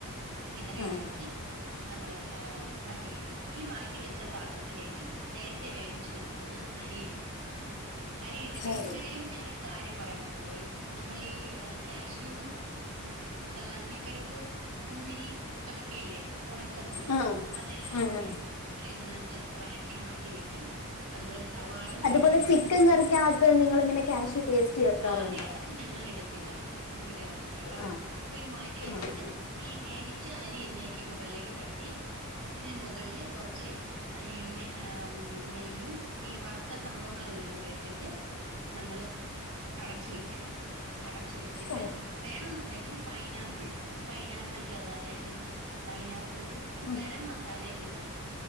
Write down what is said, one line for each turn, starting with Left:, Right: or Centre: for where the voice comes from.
Right: വിതറിയതാക്കി
Left: ആ
Right: നമ്മൾ മാറ്റിവെക്കും ഈ മാറ്റിവെച്ച പാത്രത്തിലേക്ക് നേരത്തെ വേവിച്ചു വെച്ചിരുന്ന അരിയിടും അരിയിട്ടിട്ട്
Left: ഓ
Right: ഇതിനിടയിൽ ഞാനാണ് കാര്യം പറയാൻ വിട്ടുപോയി നമ്മളീ ക്യാഷുവും മറ്റേ അണ്ടിപ്പരിപ്പ് മുന്തിരി അതൊക്കെയല്ലേ ഉണക്കമുന്തിരി
Left: ആഹ്
Right: അതെല്ലാം
Left: ഉം
Right: കൂടെ
Left: ഉം
Right: ഒരു ഇതിനകത്ത് വരട്ടി മാറ്റി വെക്കും അതുപോലെ സവാളയും വഴട്ടി
Left: അതുപോലെ
Right: മാറ്റിവെക്കും
Left: ചിക്കൻ കറിക്കകത്ത് നിങ്ങളിങ്ങനെ കാഷ്യൂ പേസ്റ്റ് ചേർക്കാറുണ്ടോ
Right: ആഹ് അതെ അത് ഞങ്ങളിട ത്തില്ല ഇടലില്ലാട്ടോ
Left: ആഹ്
Right: അപ്പൊ ഇത് മാറ്റി വെച്ചിട്ട്
Left: ആഹ്
Right: ഈ വേവിച്ച അരി ഇതിലേക്ക് മു മുകളിലേക്ക് തട്ടി ഇതിന് മുകളിൽ കുറച്ച് എണ്ണ ആ നെയ്യും ഈ വറുത്ത സംഭവങ്ങളെല്ലാം കൂടെ ഇട്ടിട്ട് നമ്മള് അടച്ചു വെക്കും അടച്ച് വെച്ചിട്ട്
Left: ഓ
Right: വേണെന്നുണ്ടെങ്കിൽ പൈനാപ്പിൾ പൈനാപ്പിൾ ചെറുതായിട്ട് അരിഞ്ഞത് പൈനാപ്പിളിടും
Left: ഉം
Right: ഗരം മസാലയും വിതറും